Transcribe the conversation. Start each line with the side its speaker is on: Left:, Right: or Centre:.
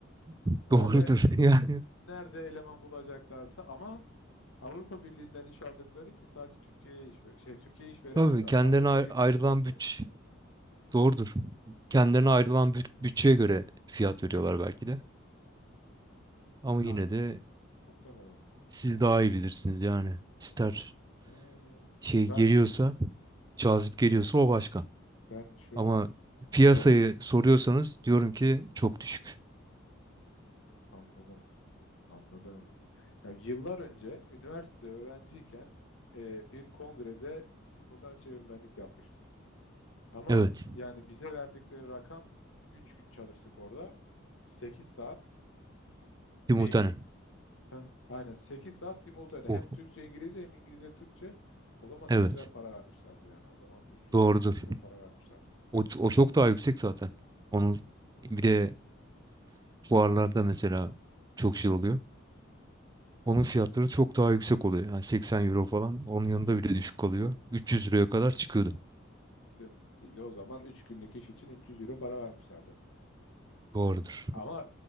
Right: <laughs>
Left: Öyle
Right: Doğrudur yani
Left: nerede eleman bulacaklarsa ama Avrupa Birliği'nden iş aldıkları için sadece Türkiye'ye iş ver- şey Türkiye'ye iş veremiyorlar.
Right: Tabii kendilerine
Left: Avrupa
Right: ayr-
Left: Birliği'nde
Right: ayrılan
Left: olacaksın.
Right: bütç doğrudur. Kendilerine ayrılan büt- bütçeye göre fiyat veriyorlar belki de. Ama
Left: E, a-
Right: yine de
Left: muhtemelen.
Right: siz daha iyi bilirsiniz yani. İster
Left: Aa,
Right: şey
Left: ben,
Right: geliyorsa, cazip geliyorsa o başka.
Left: ben şu
Right: Ama
Left: an
Right: piyasayı
Left: şok
Right: soruyorsanız diyorum ki çok düşük.
Left: anladım. Anladım. Ya yıllar önce üniversitede öğrenciyken e, bir kongrede simultan çevirmenlik yapmıştım. Ama
Right: Evet.
Left: yani bize verdikleri rakam 3 gün çalıştık orada. sekiz saat.
Right: Simultane.
Left: Beynim Heh, aynen sekiz saat simultane
Right: O,
Left: hem Türkçe İngilizce hem İngilizce Türkçe. O zaman çok
Right: evet.
Left: güzel para vermişlerdi yani. O zaman üç yüz
Right: Doğrudur.
Left: dört yüz euro para vermişlerdi.
Right: O, ç- o çok daha yüksek zaten. Onun bir de fuarlarda mesela çok şey oluyor. Onun fiyatları çok daha yüksek oluyor. Yani 80 euro falan onun yanında bile düşük kalıyor. 300 euroya kadar çıkıyordu.
Left: İşte bize o zaman üç günlük iş için 300 euro para vermişlerdi.
Right: Doğrudur.
Left: Ama